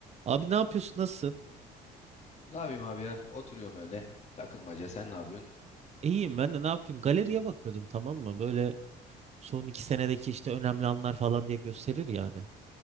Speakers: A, on the right; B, on the left.
A: Abi ne yapıyorsun? Nasılsın?
B: Ne yapayım abi ya? Oturuyorum öyle. Takılmaca. Sen ne yapıyorsun?
A: İyiyim ben de ne yapayım? Galeriye bakıyordum tamam mı? Böyle son iki senedeki işte önemli anlar falan diye gösterir yani.